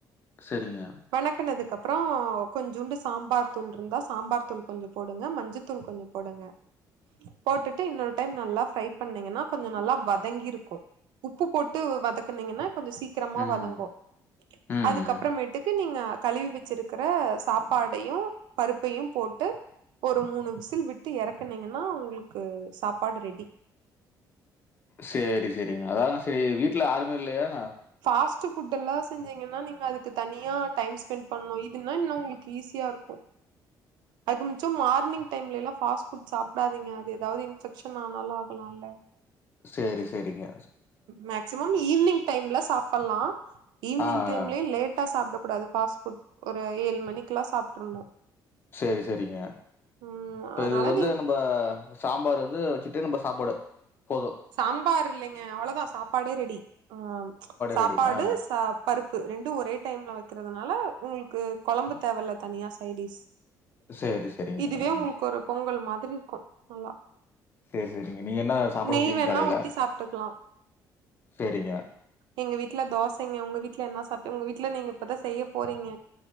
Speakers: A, on the left; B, on the right.
A: சரிங்க
B: வணக்கனதுக்கு அப்பறோ கொஞ்சூண்டு சாம்பார் தூள் இருந்தா சாம்பார் தூள் கொஞ்ச போடுங்க மஞ்ச தூள் கொஞ்ச போடுங்க போட்டுட்டு இன்னொரு டைம் நல்லா ஃரை பண்ணீங்கன்னா கொஞ்ச நல்லா வதங்கிருக்கு உப்பு போட்டு வதக் குனிங்கன்னா கொஞ்ச சீக்கிரமா
A: ம்
B: வதங்கு
A: ம்
B: அதுக்கப்பறமேட்டுக்கு நீங்க கழுவி வச்சிருக் குற சாப்பாடயு பருப்பையு போட்டு ஒரு மூணு விசில் விட்டு எறக்குனீங்கன்னா உங்களுக்கு சாப்பாடு ரெடி
A: செரி செரிங்க அத தா செரி வீட்ல ஆருமே இல்லயா என
B: ஃபாஸ்ட்ட் ஃபுட் எல்லா செஞ்சீங்கன்னா நீங்க அதுக்கு தனியா டைம் ஸ்பெண்ட் பண்ணணு இதுன்னா இன்னு உங்களுக்கு ஈஸியா இருக்கு அகிமிச்சம் மார்னிங் டைம்ல எல்லா ஃபஸ்ட்ஃபட் சாப்படாதீங்க அது எதாவது இஃபெக்ஷன் ஆனாலு ஆகலாம்ல்ல
A: சேரி செரிங்க
B: மேக்சிமம் ஈவி்னிங் டைம்ல சாப்பல்லா ஈவினிங்
A: ஆ
B: டைம்லயே
A: ஆ.
B: லேட் டா சாப்பட கூடாது பாஸ் புட் ஒரு ஏழு மணிக்கக்குல்லா சாப்ப்ட்ரணு
A: செரி செரிங்க
B: ம்
A: இப்ப
B: அதனால
A: இதுக்கு வந்து
B: நீங்க
A: இப்ப சாம்பார் வந்து வச்சுட்டு நம்ம சாப்பாடு போதும்.
B: சாம்பார் இல்லைங்க அவ்வளவுதா சாப்பாடே ரெடி ஆ சாப்பாடு
A: ரெடி. ஆ
B: ச பருப்பு ரெண்டு ஒரே டைம்ல வைக்கறதுனால உங்களுக்கு கொழம்பு தேவல தனியா சைடிஸ்
A: சரி, சரிங்க.
B: இதுவே உங்களுக்கு
A: ம்.
B: ஒரு பொங்கல் மாதிரி இருக்கு நல்லா
A: செரி செரிங்க நீங்க என்ன சாப்பட
B: நெய்
A: செஞ்சுவீங்க
B: வேணா
A: காலையில
B: ஊத்தி சாப்ட்டுக்கலா
A: செரிங்க
B: எங்க வீட்ல தோசங்க உங்க வீட்ல என்ன சாப்ட்டு உங்க வீட்ல நீங்க இப்பதா செய்ய போறீங்க